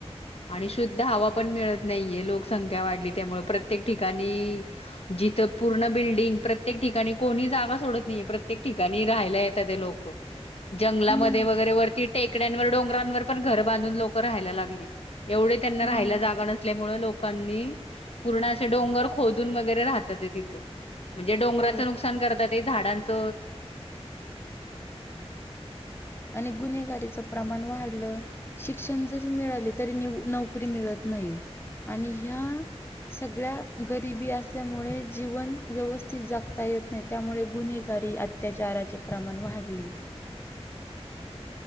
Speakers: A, on the left; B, on the left.
A: आणि शुद्ध हवा पण मिळत नाहीये लोकसंख्या वाढली त्यामुळे प्रत्येक ठिकाणी इथे प्रत्येक ठिकाणी बिल्डिंग जागा सोडत नाही प्रत्येक ठिकाणी लोक राहिला येत आहेत जंगलामध्ये
B: हं,
A: वगैरे वरती टेकड्यांवर डोंगरांवर पण घरं बांधून लोकं राहायला लागली एवढे त्यांना
B: हं,
A: राहायला जागा नसल्यामुळे लोकांनी पूर्ण असे डोंगर खोदून वगैरे राहतात तिथं म्हणजे डोंगराचं
B: हो.
A: नुकसान करतात झाडांच
B: आणि गुन्हेगारीचं प्रमाण वाढलं शिक्षण जरी मिळाले तरी नोकरी मिळत नाही आणि ह्या सगळ्या गरिबी असल्यामुळे जीवन व्यवस्थित जागता येत नाही त्यामुळे गुन्हेग अत्याचाराचे प्रमाण वाढले